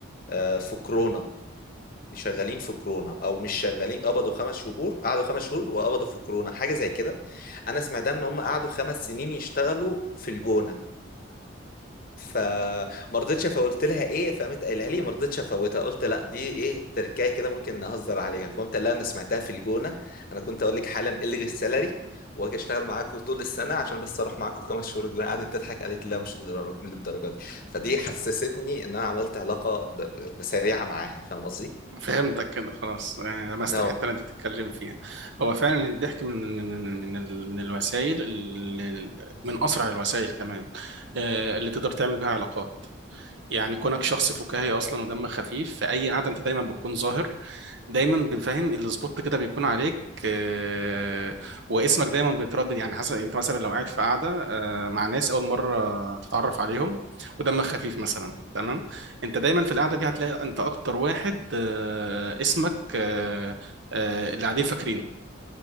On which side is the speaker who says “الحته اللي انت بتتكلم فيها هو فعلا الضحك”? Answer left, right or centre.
Right